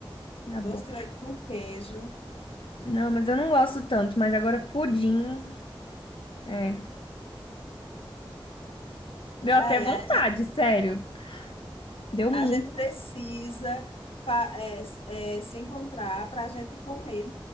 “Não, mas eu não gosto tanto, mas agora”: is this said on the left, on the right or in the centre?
Left